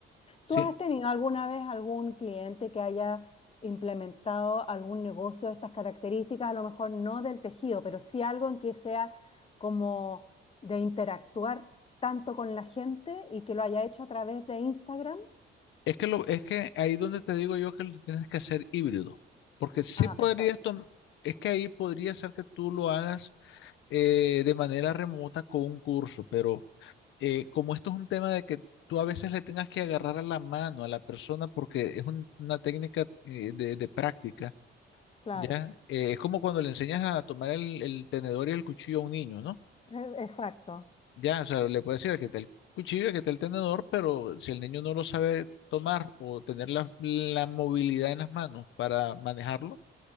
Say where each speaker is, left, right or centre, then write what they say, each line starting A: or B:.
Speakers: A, on the left (about 75°); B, on the left (about 30°).
A: Sí,
B: ¿Tú has tenido alguna vez algún cliente que haya implementado algún negocio de estas características? A lo mejor no del tejido, pero sí algo en que sea como de interactuar tanto con la gente y que lo haya hecho a través de Instagram.
A: Es que, lo, es que ahí donde te digo yo que lo tienes que hacer híbrido, porque sí
B: Ah,
A: podrías,
B: perfecto.
A: tom- es que ahí podría ser que tú lo hagas eh, de manera remota con un curso, pero eh, como esto es un tema de que tú a veces le tengas que agarrar a la mano a la persona porque es un- una técnica eh, de, de práctica,
B: Claro,
A: ¿ya? Eh, es como cuando le enseñas a tomar el, el tenedor y el cuchillo a un niño, ¿no?
B: e- exacto.
A: Ya, o sea, le puedes decir aquí está el cuchillo, aquí está el tenedor, pero si el niño no lo sabe tomar o tener la, la movilidad en las manos para manejarlo,